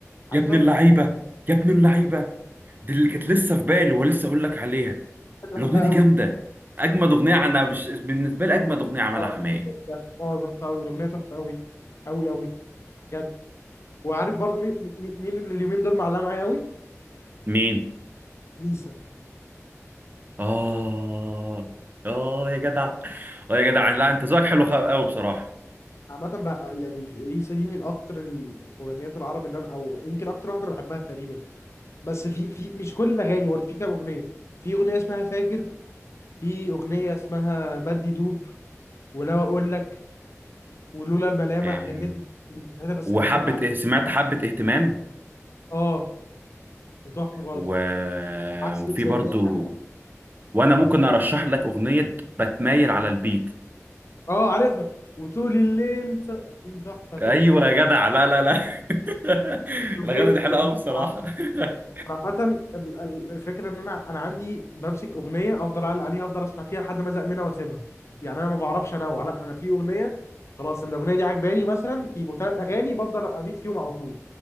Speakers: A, on the left (about 55°); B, on the right (about 35°).
A: عارفها
B: يا ابن اللعيبه يا ابن اللعيبه دي اللي كانت لسه في بالي ولسه اقول لك عليها
A: كنت بحبها
B: الاغنيه دي
A: قوي
B: جامده اجمد اغنيه انا بش... بالنسبه لي اجمد اغنيه عملها
A: اه
B: حماقي
A: بجد، اه ظبط قوي الاغنيه تحفه قوي قوي قوي بجد وعارف برضو مين مين مين اللي اليومين دول معلقه معايا قوي
B: مين
A: ليسا
B: اه اه يا جدع اه يا جدع لا انت ذوقك حلو قوي بصراحه
A: عامة بقى يعني ليسا دي من أكتر المغنيات العرب اللي أنا أو يمكن أكتر واحدة أنا بحبها تقريبا بس في في مش كل الأغاني برضه في كام أغنية في أغنية اسمها فاكر في أغنية اسمها بدي دوب ولو أقول لك ولولا الملامح
B: آه،
A: غنيتها مش غنيتها بس
B: وحبه
A: غنيتها عم
B: إه- سمعت حبه اهتمام
A: آه تحفة برضه
B: و...
A: عكس
B: وفي
A: زي
B: برضو
A: تاني أنا.
B: وانا ممكن ارشح لك اغنيه بتمايل على البيت
A: آه عارفها وطول الليل س- دي تحفة تحفة
B: ايوه يا جدع لا لا لا <laughs>
A: الاغنيه
B: الاغاني دي حلوه
A: الأغنية
B: قوي بصراحه
A: عامه
B: <laughs>
A: ال- ال- الفكره ان انا انا عندي بمسك اغنيه افضل اعلق عليها افضل اسمع فيها لحد ما ازهق منها واسيبها يعني انا ما بعرفش انوع لا انا في اغنيه خلاص إن الاغنيه دي عجباني مثلا بيبقوا ثلاث اغاني بفضل ابيت فيهم على طول